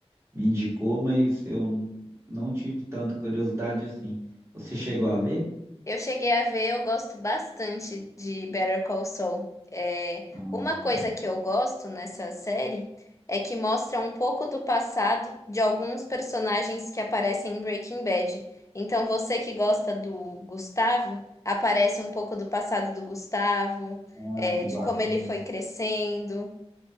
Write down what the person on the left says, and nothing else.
Eu cheguei a ver, eu gosto bastante de Better Call Saul. É,
uma coisa
que eu gosto nessa série é que mostra um pouco do passado de alguns personagens que aparecem em Breaking Bad. Então, você que gosta do Gustavo, aparece um pouco do passado do Gustavo,
é,
de
como ele foi crescendo.